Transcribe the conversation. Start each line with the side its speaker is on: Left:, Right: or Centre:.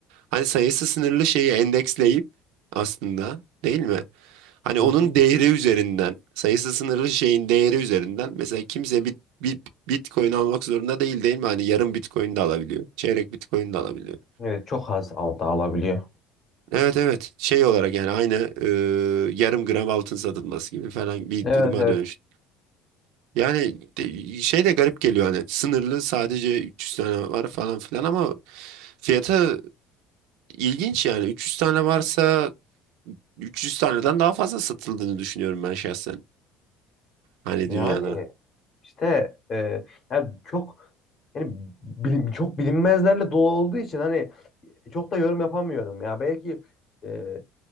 Right: hani sayısı sınırlı şeyi endeksleyip aslında değil mi? Hani
Left: Hı
Right: onun
Left: hı.
Right: değeri üzerinden sayısı sınırlı şeyin değeri üzerinden mesela kimse bir, bir Bitcoin almak zorunda değil değil mi? Hani yarım Bitcoin de alabiliyor. Çeyrek Bitcoin de alabiliyor.
Left: Evet çok az aldı alabiliyor.
Right: Evet evet şey olarak yani aynı e, yarım gram altın satılması gibi falan bir
Left: Evet
Right: duruma
Left: evet.
Right: dönüş. Yani de- şey de garip geliyor hani sınırlı sadece 300 tane var falan filan ama fiyata ilginç yani 300 tane varsa 300 taneden daha fazla satıldığını düşünüyorum ben şahsen hani
Left: Yani
Right: dünyada.
Left: İşte e, yani çok yani bilim, çok bilinmezlerle dolu olduğu için hani çok da yorum yapamıyorum ya. Belki e,